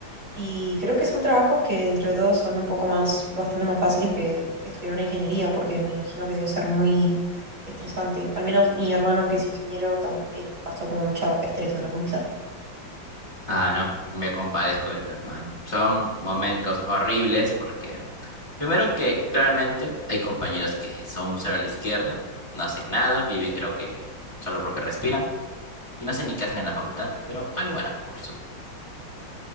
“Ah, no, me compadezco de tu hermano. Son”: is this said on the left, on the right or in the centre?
Left